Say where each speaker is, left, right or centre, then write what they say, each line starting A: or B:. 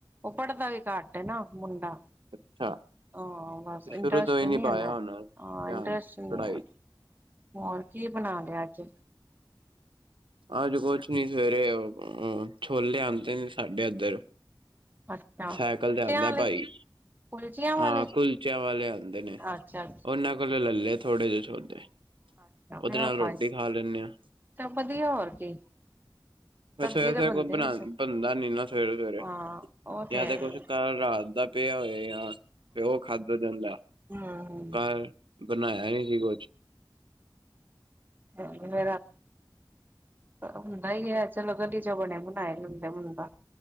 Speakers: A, on the right; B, on the right.
A: ਉਹ ਪੜਦਾ ਵੀ ਘੱਟ ਹੈ ਨਾ ਮੁੰਡਾ
B: ਅੱਛਾ।
A: ਹਾਂ ਬਸ
B: ਸ਼ੁਰੂ
A: ਇੰਟਰਸਟ
B: ਤੋਂ ਹੀ
A: ਨੀ
B: ਪਾਇਆ
A: ਏਨਾ,
B: ਹੋਣਾ ਧਿਆਨ
A: ਇੰਟਰਸਟ ਨੀ
B: ਪੜ੍ਹਾਈ
A: ਐ ਹੋਰ ਕੀ ਬਣਾ ਲਿਆ ਅੱਜ
B: ਅੱਜ ਕੁਛ ਨੀ, ਸਵੇਰੇ ਛੋਲੇ ਆਉਂਦੇ ਨੇ ਸਾਡੇ ਇੱਧਰ
A: ਅੱਛਾ
B: ਸਾਈਕਲ
A: ਕੁਲਚਿਆਂ
B: ਤੇ ਆਉਂਦਾ
A: ਆਲੇ
B: ਭਾਈ
A: ਕੁਲਚੀਆਂ ਵਾਲੇ
B: ਹਾਂ ਕੁਲਚਿਆਂ ਵਾਲੇ ਆਉਂਦੇ ਨੇ,
A: ਅੱਛਾ
B: ਉਹਨਾਂ ਕੋ ਉਦੋਂ ਲੈ ਲੇ ਥੋੜੇ ਜਿਹੇ ਛੋਲੇ
A: ਪਏ
B: ਉਹਦੇ
A: ਫਿਰ
B: ਨਾਲ
A: ਔ
B: ਰੋਟੀ
A: ਖਾਏ,
B: ਖਾ ਲੈਂਦੇ ਹਾਂ
A: ਟੱਪਦੀ ਐ ਹੋਰ ਕੀ
B: ਫਿਰ
A: ਸਬਜ਼ੀ
B: ਸਵੇਰੇ
A: ਤਾਂ
B: ਸਵੇਰੇ
A: ਬਣਦੇ
B: ਕੁਛ ਬਣਾ
A: ਨੇ ਸ
B: ਬਣਦਾ ਨੀ ਨਾ ਸਵੇਰੇ ਸਵੇਰੇ,
A: ਹਾਂ ਉਹ
B: ਜਾਂ
A: ਹੈ
B: ਤੇ ਕੁਛ
A: ਹੀ
B: ਕੱਲ ਰਾਤ ਦਾ ਪਿਆ ਹੋਏ ਜਾਂ ਤੇ ਉਹ ਖਾਧਾ ਜਾਂਦਾ,
A: ਹਮ
B: ਘ ਬਣਾਇਆ ਈ ਨਹੀ ਕੁਛ
A: ਹਾਂਜੀ ਮੇਰਾ ਹੁੰਦਾ ਈ ਹੈ ਚਲੋ ਗਲੀ ਚੋ ਬਣੇ ਬਣਾਏ ਲੈਂਦਾ ਏ, ਮੁੰਡਾ